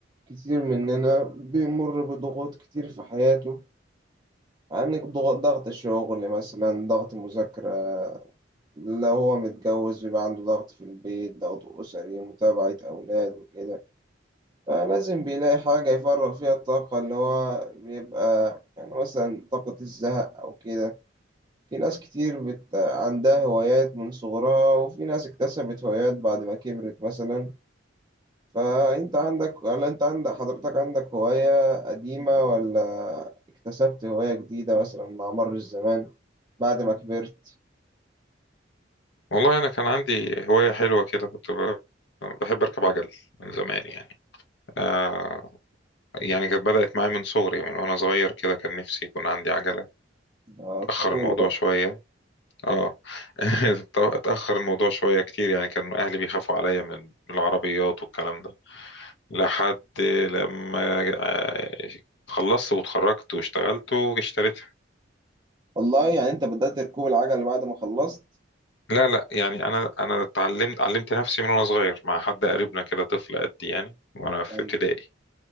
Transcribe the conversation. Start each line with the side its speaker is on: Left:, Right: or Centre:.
Right: كتير مننا بيمر بضغوط كتير في حياته عندك ضغط ضغط الشغل مثلا ضغط مذاكرة لو هو متجوز بيبقى عنده ضغط في البيت ضغط أسري متابعة أولاد وكده فلازم بيلاقي حاجة يفرغ فيها الطاقة اللي هو بيبقى يعني مثلا طاقة الزهق أو كده في ناس كتير بت... عندها هوايات من صغرها وفي ناس اكتسبت هوايات بعد ما كبرت مثلا فانت عندك ولا انت عندك حضرتك عندك هواية قديمة ولا اكتسبت هواية جديدة مثلا مع مر الزمان بعد ما كبرت
Left: والله أنا كان عندي هواية حلوة كده كنت ب- بحب أركب عجل من زمان يعني آه يعني كانت بدأت معايا من صغري من وأنا صغير كده كان نفسي يكون عندي عجلة
Right: آه،
Left: أتأخر
Right: طفولة
Left: الموضوع
Right: بقى
Left: شوية اه <laughs> اتأخر الموضوع شوية كتير يعني كان أهلي بيخافوا عليا من من العربيات والكلام ده لحد لما آه، خلصت واتخرجت واشتغلت واشتريتها
Right: والله يعني انت بدأت ركوب العجل بعد ما خلصت
Left: لا لا يعني انا انا اتعلمت علمت نفسي من وانا صغير مع حد قريبنا كده طفل قدي يعني وانا في
Right: ايوه
Left: ابتدائي